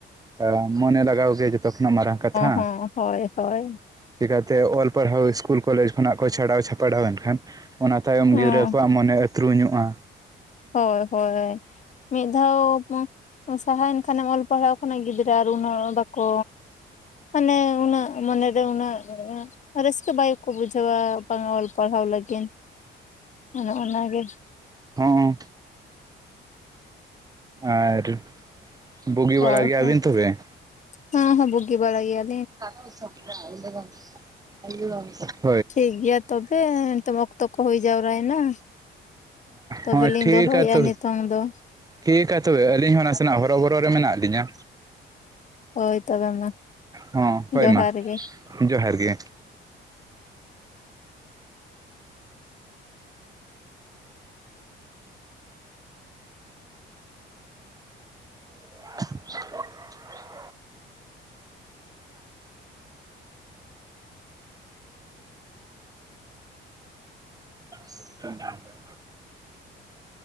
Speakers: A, on the right; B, on the left.
A: ᱮ ᱢᱚᱱᱮ ᱞᱟᱜᱟᱣ ᱜᱮ ᱡᱚᱛᱚ ᱠᱷᱚᱱᱟᱜ ᱢᱟᱨᱟᱝ ᱠᱟᱛᱷᱟ
B: ᱦᱚᱸ ᱦᱳᱭ ᱦᱳᱭ
A: ᱪᱤᱠᱟᱛᱮ ᱚᱞ ᱯᱟᱲᱦᱟᱣ ᱤᱥᱠᱩᱞ ᱠᱚᱞᱮᱡᱽ ᱠᱷᱚᱱᱟᱜ ᱠᱚ ᱪᱷᱟᱰᱟᱣ ᱪᱷᱟᱯᱲᱟᱣ ᱮᱱᱠᱷᱟᱱ ᱚᱱᱟ ᱛᱟᱭᱚᱢ
B: ᱦᱚᱸ
A: ᱜᱤᱫᱽᱨᱟᱹ ᱠᱚᱣᱟᱜ ᱢᱚᱱᱮ ᱩᱛᱨᱩᱧᱚᱜᱼᱟ
B: ᱦᱳᱭ ᱦᱳᱭ ᱢᱤᱫ ᱫᱷᱟᱣ ᱥᱟᱦᱟᱭᱮᱱ ᱠᱷᱟᱱᱮᱢ ᱚᱞ ᱯᱟᱲᱦᱟᱣ ᱠᱷᱚᱱᱟᱜ ᱜᱤᱫᱽᱨᱟᱹ ᱟᱨ ᱩᱱᱟᱹᱜ ᱵᱟᱠᱚ ᱢᱟᱱᱮ ᱩᱱᱟᱹᱜ ᱢᱚᱱᱮᱨᱮ ᱩᱱᱟᱹᱜ ᱨᱟᱹᱥᱠᱟᱹ ᱵᱟᱭᱠᱚ ᱵᱩᱡᱷᱟᱹᱣᱟ ᱵᱟᱝᱼᱟ ᱚᱞ ᱯᱟᱲᱦᱟᱣ ᱞᱟᱹᱜᱤᱱ᱾ ᱚᱱ ᱚᱱᱟ ᱜᱮ ᱾
A: ᱦᱚᱸ ᱚ ᱟᱨ ᱵᱩᱜᱤ ᱵᱟᱲᱟ
B: ᱦᱳᱭ
A: ᱜᱮᱭᱟᱵᱤᱱ
B: ᱦᱮᱸ
A: ᱛᱚᱵᱮ
B: ᱦᱚᱸ ᱦᱚᱸ ᱵᱩᱜᱤ ᱵᱟᱲᱟ ᱜᱮᱭᱟ
A: <unintelligible>
B: ᱴᱷᱤᱠ ᱜᱮᱭᱟ ᱛᱚᱵᱮ ᱱᱤᱛᱳ ᱢᱟ ᱚᱠᱛᱚ ᱠᱚ ᱦᱩᱭ ᱡᱟᱣᱨᱟᱭᱮᱱᱟ ᱾ ᱛᱚᱵᱮᱞᱤᱧ
A: ᱦᱚᱸ ᱴᱷᱤᱠᱟ
B: ᱫᱚᱦᱚᱭᱮᱫᱼᱟ
A: ᱛᱚᱵᱮ
B: ᱱᱤᱛᱚᱝ ᱫᱚ
A: ᱴᱷᱤᱠ-ᱟ ᱛᱚᱵᱮ ᱟᱹᱞᱤᱧ ᱦᱚᱸ ᱱᱟᱥᱮᱱᱟᱜ ᱦᱚᱨᱚ ᱵᱚᱨᱚ ᱨᱮ ᱢᱮᱱᱟᱜ ᱞᱤᱧᱟᱹ
B: ᱦᱳᱭ ᱛᱚᱵᱮ ᱢᱟ
A: ᱦᱚᱸ ᱦᱳᱭ
B: ᱡᱚᱦᱟᱨ
A: ᱢᱟ
B: ᱜᱮ
A: ᱡᱚᱦᱟᱨ ᱜᱮ ᱾ <inaudible> <unintelligible>